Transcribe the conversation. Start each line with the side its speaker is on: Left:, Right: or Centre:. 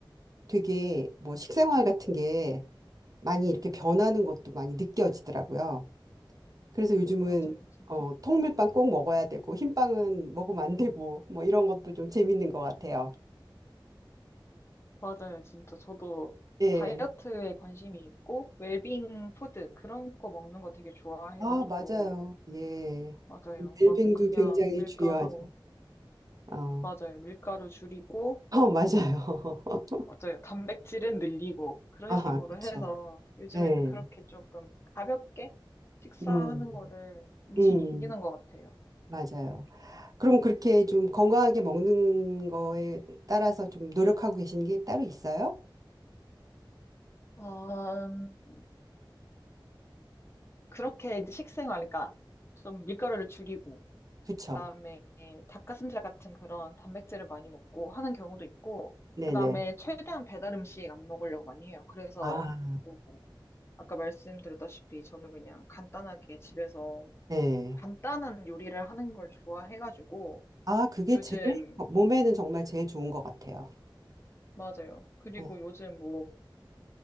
Right: 되게 뭐 식생활 같은 게 많이 이렇게 변하는 것도 많이 느껴지더라고요. 그래서 요즘은
Left: 맞아요, 진짜.
Right: 어, 통밀빵 꼭 먹어야 되고 흰빵은 먹으면 안 되고 뭐 이런 것도 좀 재밌는 것 같아요.
Left: 맞아요, 진짜. 저도
Right: 예.
Left: 다이어트에 관심이 있고, 웰빙 푸드, 그런 거 먹는 거 되게 좋아해가지고,
Right: 아, 맞아요. 예.
Left: 맞아요.
Right: 웰빙도
Left: 막 그냥
Right: 굉장히
Left: 밀가루,
Right: 중요하죠. 아,
Left: 맞아요. 밀가루 줄이고,
Right: 어, 맞아요. <laughs>
Left: 맞아요. 단백질은 늘리고, 그런
Right: 아,
Left: 식으로
Right: 그쵸.
Left: 해서 요즘에는
Right: 네.
Left: 그렇게 조금 가볍게 식사하는
Right: 음,
Left: 거를 좀
Right: 음,
Left: 즐기는 것 같아요.
Right: 맞아요. 그럼 그렇게 좀 건강하게 먹는 거에 따라서 좀 노력하고 계신 게 따로 있어요?
Left: 어, 음, 그렇게 이제 식생활, 그러니까 좀 밀가루를 줄이고,
Right: 그쵸.
Left: 그다음에 닭가슴살 같은 그런 단백질을 많이 먹고 하는 경우도 있고,
Right: 네네.
Left: 그다음에 최대한 배달 음식 안 먹으려고 많이 해요. 그래서
Right: 아,
Left: 뭐 아까 말씀드렸다시피 저는 그냥 간단하게 집에서
Right: 네.
Left: 간단한 요리를 하는 걸 좋아해가지고
Right: 아, 그게
Left: 요즘
Right: 제일, 몸에는 정말 제일 좋은 것 같아요.
Left: 맞아요. 그리고
Right: 네.
Left: 요즘 뭐